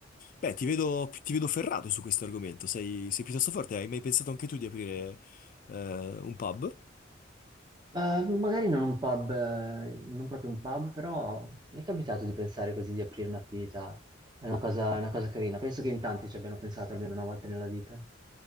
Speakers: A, on the left; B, on the right.
A: Beh, ti vedo, ti vedo ferrato su questo argomento, sei, sei piuttosto forte, hai mai pensato anche tu di aprire eh, un pub?
B: Eh, magari non un pub, eh, non proprio un pub, però mi è capitato di pensare così di aprire un'attività. È una cosa, è una cosa carina. Penso che in tanti ci abbiano pensato almeno una volta nella vita.